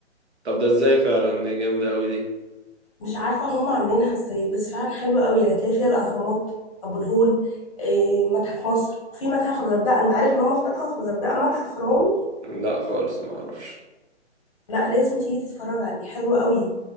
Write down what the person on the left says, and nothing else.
مش عارفة هم عاملينها ازاي بس فعلا حلوة قوي هتلاقي فيها الأهرامات أبو الهول إيه متحف مصر وفي متحف الغردقة انت عارف ان هم افتتحوا في الغردقة متحف فرعوني
لا لازم تيجي تتفرج عليه حلو قوي